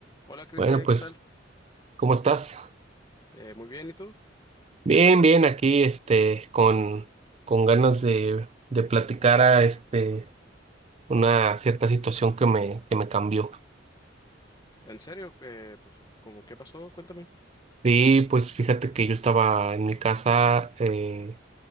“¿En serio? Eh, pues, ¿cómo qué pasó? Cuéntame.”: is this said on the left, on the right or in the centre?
Left